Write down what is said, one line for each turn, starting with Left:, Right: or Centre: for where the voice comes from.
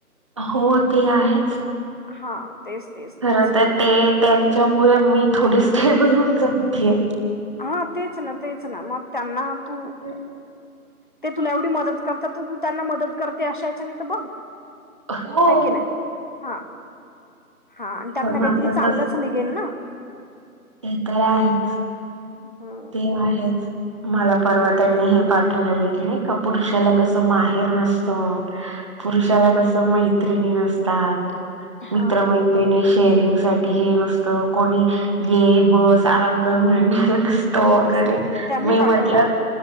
Right: हो ते आहेच.
Left: हा. तेच तेच.
Right: खरं
Left: तेच
Right: तर ते, त्यांच्यामुळे मी थोडी स्टेबल होऊन जगतेय.
Left: हा, तेच ना. तेच ना. मग त्यांना तू
Right: <unintelligible>
Left: ते तुला एवढी मदत करतात. तर तू त्यांना मदत करते, अशा याच्याने तर बघ.
Right: हो.
Left: हाय की नाय. हा, हा. त्यातंन
Right: माझं
Left: काहीतरी चांगलंच
Right: तस
Left: निघेल ना?
Right: ते तर आहेच.
Left: हम्म.
Right: ते आहेच. मला परवा त्यांनी हे पाठवलेलं की, नाही का? पुरुषाला कसं, माहेर नसतं. पुरुषाला कसं, मैत्रिणी नसतात.
Left: हा
Right: मित्र मै त्रिणी, शेअरिंग साठी हे नसतं. कोणी ये, बस, आराम कर, म्हणणार नसतं. तो वगैरे.
Left: मस्त त्यांनी
Right: मी म्हटलं
Left: पाठवला